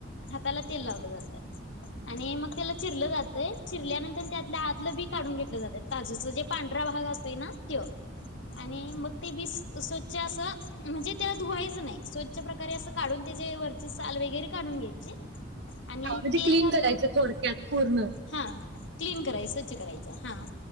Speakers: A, on the left; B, on the right.
A: हाताला तेल लावलं जातं आणि मग त्याला चिरलं जातंय चिरल्यानंतर त्यातलं आतलं बी काढून घेतले जाते काजूचा जो पांढरा भाग असतोय तो आणि मग ते बी स्वच्छ असं म्हणजे त्याला धुवायचं नाही स्वच्छ प्रकारे असं काढून त्याची वरची साल वगैरे काढून घ्यायची. आणि
B: हा म्हणजे
A: तेल
B: क्लीन
A: घालून
B: करायचं थोडक्यात पूर्ण.
A: हा क्लीन करायचंच स्वच्छ करायचं हा.